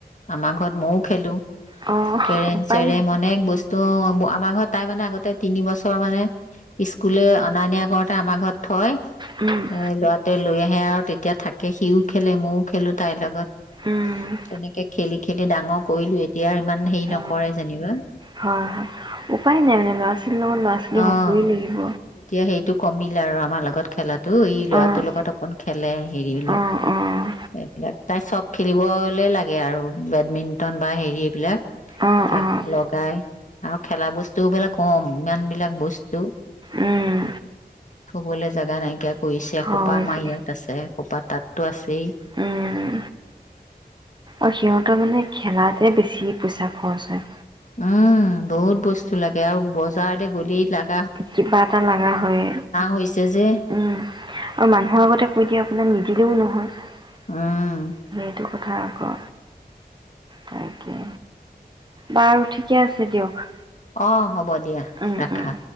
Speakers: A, on the left (about 50°); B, on the right (about 30°).
A: আমাৰ ঘৰত মইয়ো খেলোঁ।
B: অ',
A: কেৰেম
B: উপায়
A: চেৰেম অনেক বস্তু। তহ আমাৰ ঘৰত তাই মানে আগতে তিনি বছৰ মানে স্কুলে অনা নিয়া কৰোতে আমাৰ ঘৰত থয়। এ
B: উম,
A: লোৱাতে লৈ সেয়ে আৰু তেতিয়া থাকে সিও খেলে ময়ো খেলো। তাইৰ লগত।
B: উম,
A: তেনেকে খেলি খেলি ডাঙৰ কৰিলো এতিয়া ইমান হেৰি
B: অ',
A: নকৰে যেনিবা।
B: হয় হয় উপায় নাই মানে ল'ৰা ছোৱালীৰ লগত ল'ৰা ছোৱালী
A: অ
B: হ'বই লাগিব।
A: এতিয়া সেইটো কমিলে আৰু আমাৰ লগত খেলে এই ল'ৰাটোৰ
B: অ',
A: লগত অকন খেলে হেৰিবিলাক।
B: অ', অ',
A: এইবিলাক তাই চব খেলিবলে লাগে আৰু বেডমিণ্টন বা হেৰি এইবিলাক
B: অ',
A: তাক
B: অ',
A: লগাই আৰু খেলা বস্তু বিলাক কম ইমানবিলাক বস্তু
B: উম,
A: থবলে জাগা নাইকিয়া কৰিছে
B: হয়
A: এখোপা আমাৰ
B: দে।
A: ইয়াত আছে এখোপা তাততো আছেই।
B: উম, আৰু সিহঁতৰ মানে খেলাতে বেছি পইচা খৰচ হয়।
A: উম বহুত বস্তু লাগে আৰু বজাৰতে গ'লেই লাগ
B: কিবা এটা লগা হয়
A: হৈছে যে
B: উম আৰু মানুহৰ আগতে কৈ দিয়ে আপোনাৰ নিদিলেও নহয়। হয়।
A: উম
B: সেইটো কথা আকৌ তাকে বাৰু ঠিকে আছে দিয়ক।
A: অ' হ'ব দিয়া
B: উম
A: ৰাখা
B: উম